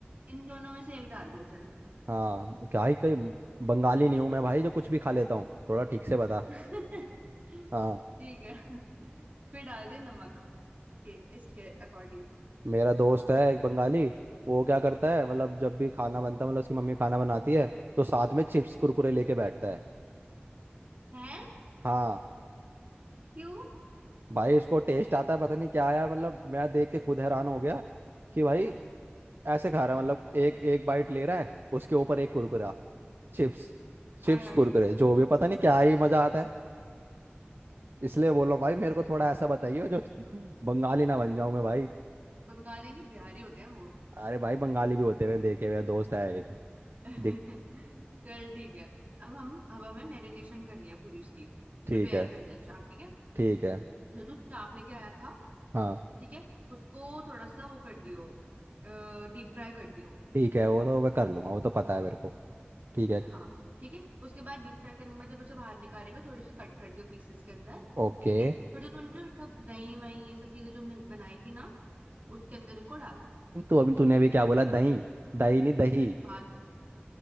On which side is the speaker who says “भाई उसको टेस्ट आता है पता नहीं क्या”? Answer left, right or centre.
Right